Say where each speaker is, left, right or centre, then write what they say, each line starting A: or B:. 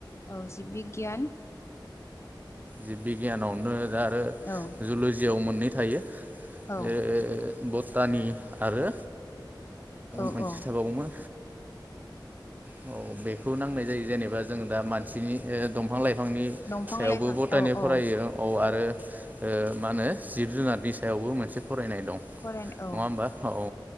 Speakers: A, on the left; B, on the right.
A: औ जिब बिगियान
B: जि बिगियानावनो दा आरो
A: औ
B: जुलजियाव मोननै थायो।
A: औ
B: बे बतानि आरो
A: औ
B: मोनसे
A: औ
B: थाबावोमोन औ बेखौ नांनाय जायो जेनेबा जों दा मानसिनि दंफां लाइफां बिफांनि
A: दंफां
B: सायावबो
A: लाइफां
B: बतानि
A: औ औ
B: फरायो औ आरो ओ मा होनो जिब जुनारनि सायावबो मोनसे फरायनाय दं
A: फरायनो औ
B: नङा होमबा औ